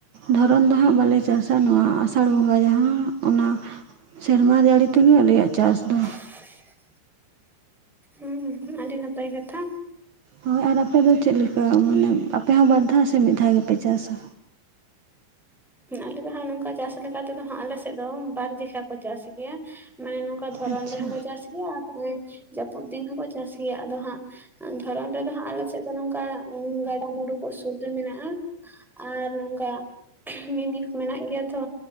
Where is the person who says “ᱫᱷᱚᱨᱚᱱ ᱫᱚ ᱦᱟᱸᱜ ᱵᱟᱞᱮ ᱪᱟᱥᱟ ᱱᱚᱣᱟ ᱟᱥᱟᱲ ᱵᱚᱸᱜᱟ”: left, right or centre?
Right